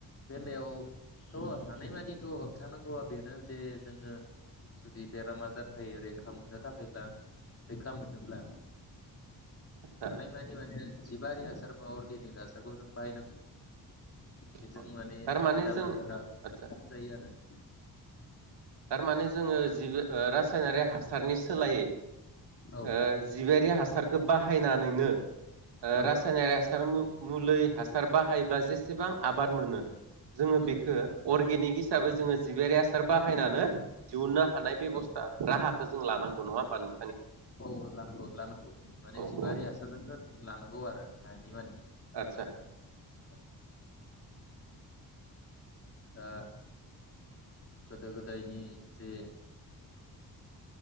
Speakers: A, on the left (about 35°); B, on the right (about 80°).
A: बेलायावथ' हानायमानिथ' होबथानांगौआ बेनो जे जोङो जुदि बेरामा जाफायो रैखा मोननो थाखायब्ला रैखा मोनोब्ला
B: आदसा
A: हानाय मानि माने जिबारि हासार बा अर्गेनिक हासारखौ जों बाहायनांगौ। बेजों
B: अ
A: माने
B: थारमाने
A: बेराम
B: जों
A: आजारा
B: ओ आदसा
A: खम जायो आरो।
B: थारमाने जोङो जिबो रासायनारि हासारनि सोलायै ओ
A: औ
B: जिबारि हासारखो बाहायनानैनो ओ
A: औ
B: रासायनारि हासार मुलै हासार बाहायोब्ला जेसेबां आबाद मोनो। जोङो
A: औ
B: बेखो अर्गेनिक हिसाबै जोङो जिबियारि हासारबा बाहायनानो दिहुनना हानाय बेबस्था
A: औ
B: राहा खो जों लानांगौ नङा होमबा नों
A: औ लानांगौ लानांगौ माने
B: औ
A: जिबारि
B: औ
A: हासारजोंनो लानांगौ आरो हानि माने
B: आतसा।
A: औ। आ गोदो गोदायनि जे